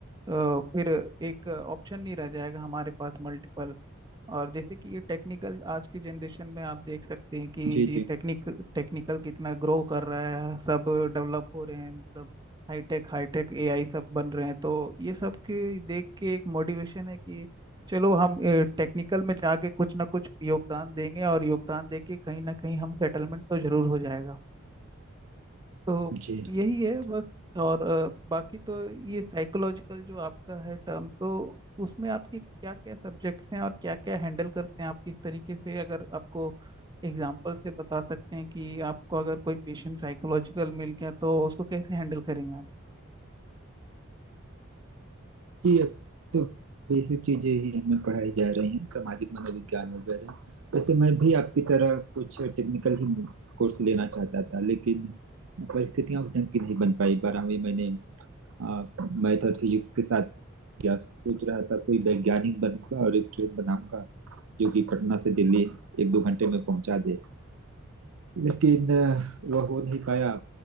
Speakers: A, on the right; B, on the right.
A: अ, फिर एक ऑप्शन नहीं रह जाएगा हमारे पास मल्टीपल और जैसे कि ये टेक्निकल आज की जनरेशन में आप देख सकते हैं कि
B: जी
A: जी
B: जी
A: टेक्निक टेक्निकल कितना ग्रो कर रहा है सब डेवलप हो रहे हैं मतलब हाईटेक हाईटेक एआई सब बन रहे हैं तो ये सब के देख के एक मोटिवेशन है कि चलो हम टेक्निकल में जाके कुछ ना कुछ योगदान देंगे और योगदान देके कहीं ना कहीं हम सेटलमेंट तो जरूर हो जाएगा तो
B: जी हाँ
A: यही है बस और अ, बाकी तो ये साइकोलॉजिकल जो आपका है टर्म तो उसमें आपके क्या क्या सब्जेक्ट्स हैं और क्या क्या हैंडल करते हैं आप किस तरीके से अगर आपको एग्जाम्पल से बता सकते हैं कि आपको अगर कोई पेशेंट साइकोलॉजिकल मिल गया तो उसको कैसे हैंडल करेंगे आप
B: जी अब तो बेसिक चीजें ही हमें पढ़ाई जा रही हैं सामाजिक मनोविज्ञान वगैरह वैसे मैं भी आपकी तरह कुछ टेक्निकल ही कोर्स लेना चाहता था लेकिन परिस्थितियां उस ढंग की नहीं बन पाई बारहवीं मैंने मैथ और फिजिक्स के साथ किया सोच रहा था कोई वैज्ञानिक बनूंगा और एक ट्रेन बनाऊंगा जो कि पटना से दिल्ली एक दो घंटे में पहुंचा दे लेकिन अ, वह हो नहीं पाया